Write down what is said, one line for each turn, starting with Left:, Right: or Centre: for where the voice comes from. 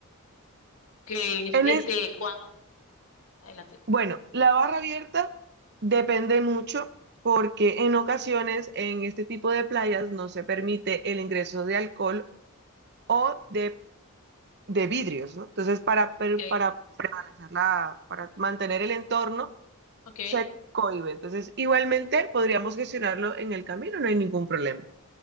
Left: que es
Right: En
Left: este
Right: es,
Left: el cuan. Adelante.
Right: bueno, la barra abierta depende mucho porque en ocasiones en este tipo de playas no se permite el ingreso de alcohol o de, de vidrios, ¿no? Entonces, para, per-
Left: okay
Right: para prevalecer la, para mantener el entorno,
Left: okay
Right: se cohíbe. Entonces, igualmente podríamos gestionarlo en el camino, no hay ningún problema.